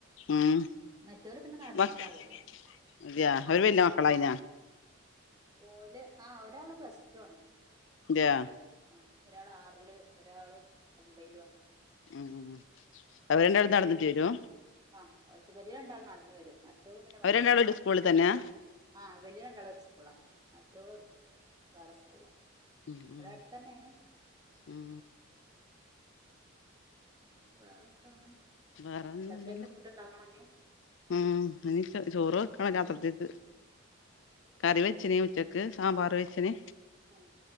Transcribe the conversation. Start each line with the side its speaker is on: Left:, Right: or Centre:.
Left: ഉം
Right: മറ്റൊല് പിന്നെ നടന്നിട്ടാ
Left: മക്
Right: വരിക
Left: അതെയാ അവര് വലിയ മക്കളായിനാ
Right: ഓല് ആഹ് ഒരാള് പ്ലസ് ടു ആണ്
Left: അതെയാ
Right: ആ ഒരാള് ആറില് ഒരാള് ഒമ്പയിലുവാ
Left: ഉം ഉം ഉം അവര് രണ്ടാളും നടന്നിട്ട് വരും
Right: ആഹ് ഒത്തുമ്മല് രണ്ടാൾ നടന്ന് വരും മ റ്റൊള് പിന്നെ
Left: അവര്
Right: വണ്ടിയിലാണ്
Left: രണ്ടാളും സ്കൂളിൽ തന്നെയാ
Right: ആഹ് വലിയ രണ്ടാളും ഒരു സ്കൂളാ മറ്റൊള് വേറെ സ്കൂളാ
Left: ഉം ഉം
Right: ഇവ്ടാ അടുത്തന്നെയാണ്
Left: ഉം
Right: പിന്നെ വേറെന്താണ്
Left: വേറൊന്നുല്ലല്ലോ
Right: എത്രയൊക്കെ ഫുഡ് ഉണ്ടാക്കണം ങേ
Left: ഉം ഇനി ചോറ് വെക്കണം രാത്രിത്തേക്ക് കറി വെച്ചിനി ഉച്ചക്ക് സാമ്പാർ വെച്ചിന്
Right: ആഹ്